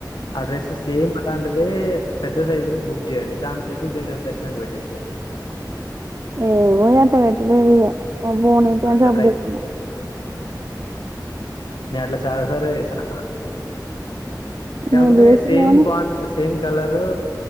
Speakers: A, on the left; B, on the right.
A: ఆ డ్రెస్ సేమ్ అదంండీ పెద్ద సైజ్ బుక్ చేయండి దాని ప్లే దీన్ని రిప్లేస్మెంట్ పెట్టేసయం
B: ఏ మూగాట వీటలే ఎదిగా బోనీతేం
A: అట్లా
B: సప్పుడతున్నా
A: నే అట్లా చాలా సార్ే వేసిన చబ
B: మీరు చేసిర్రు
A: సమ్
B: గాని
A: సమ్ కలరు